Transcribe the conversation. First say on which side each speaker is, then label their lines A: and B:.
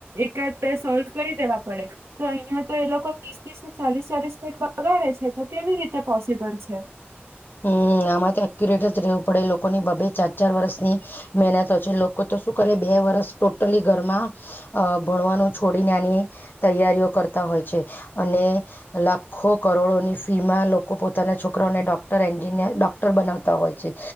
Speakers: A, on the right; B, on the left.
A: એકાદ બે સોલ્વ કરી દેવા પડે તો અહીયાયા તો એ લોકો લોકો ત્રીસ ત્રીસ ને ચાલીસ ચાલીસ મિનિટ વગાડે છે તો કેવી રીતે પોસિબલ છે
B: હમ આમાં તો એક્યુરેટ જ રહેવું પડે લોકોની બબે ચાર ચાર વર્ષની મહેનત છે લોકો તો શું કરે બે વરસ ટોટલી ઘરમાં અ ભણવાનું છોડીને આની તૈયારીઓ કરતા હોય છે અને લાખો કરોડોની ફી માં લોકો પોતાના છોકરાને ડોક ક્ટર એન્જિનિયર ડોક્ટર બનાવતા હોય છે